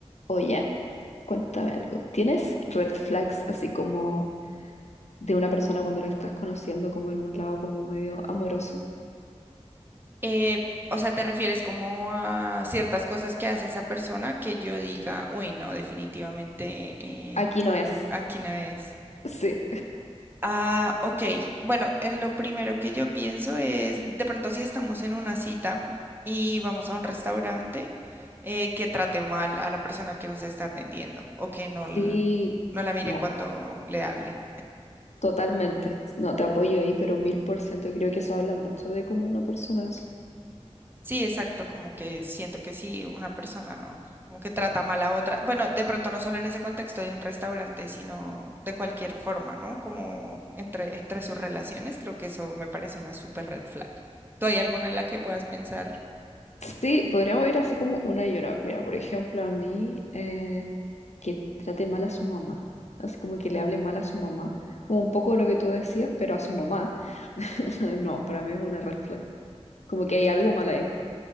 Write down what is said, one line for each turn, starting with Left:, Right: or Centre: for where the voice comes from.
Left: Oye, cuéntame algo. ¿Tienes red flags así como de una persona cuando la estás conociendo como en un lado como medio amoroso?
Right: Eh, o sea, ¿te refieres como a ciertas cosas que hace esa persona que yo diga, uy, no, definitivamente eh,
Left: Aquí no es.
Right: aquí
Left: <laughs>
Right: no es?
Left: Sí.
Right: Ah, ok. Bueno, eh, lo primero que yo pienso es, de pronto si estamos en una cita y vamos a un restaurante, eh, que trate mal a la persona que nos está atendiendo o que no, l-
Left: Sí.
Right: no la mire
Left: No,
Right: cuando le hable.
Left: totalmente. No, te apoyo ahí, pero mil por ciento. Creo que eso habla mucho de cómo una persona es.
Right: Sí, exacto, como que siento que si una persona como que trata mal a otra, bueno, de pronto no solo en ese contexto de un restaurante, sino de cualquier forma, ¿no? Como entre, entre sus relaciones, creo que eso me parece una super red flag. ¿Tú hay alguna en la que puedas pensar?
Left: Sí, podríamos ir así como una y una. Mira, por ejemplo, a mí eh, que trate mal a su mamá. Así como que le hable mal a su mamá. Como un poco de lo que tú decías, pero a su mamá. <laughs> No, para mí es una red flag. Como que hay algo mal ahí.